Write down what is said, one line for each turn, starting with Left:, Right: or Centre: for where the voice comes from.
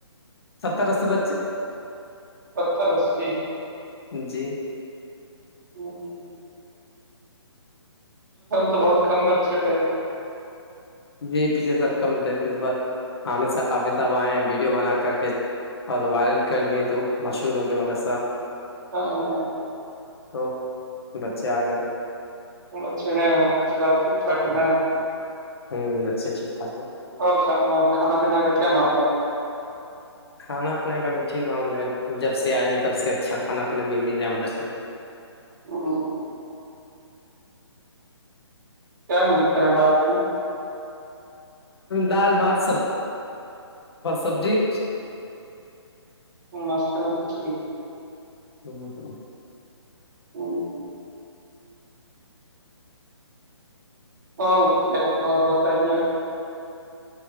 Left: ستری بچ
Right: <inaudible>
Left: جی
Right: بہت کم بچے تھے
Left: جی پیچھے سر کم دتیس بات ہمی سا کافی سب آئے ہیں ویڈیو بنا کر کے ا دو وائرل کدی تو مشور ہوگی مدسا
Right: ہاں ہاں
Left: <inaudible>
Right: اچھے ہیں ٹھاک ہے
Left: ہ
Right: نا
Left: ہوں بچ سے ٹھیک ٹھاک ہو
Right: اور کھانا پینا کا کیا معاملہ ہے
Left: کھانا پینے کا بھی ٹھیک معاملہ ہے جب سے آئے ہیں تب سے اچھا کھانا پینا مل ہی جائے مدرسن
Right: <inaudible> کیا ملتا ہے رات میں
Left: دال بہت سبزی
Right: نٹم اور کچھ دن
Left: <inaudible>
Right: <inaudible> <inaudible>